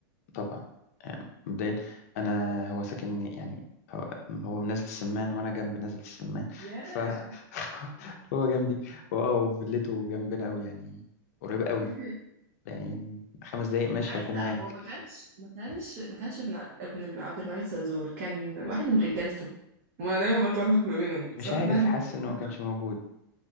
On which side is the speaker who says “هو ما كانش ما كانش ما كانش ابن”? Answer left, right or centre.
Right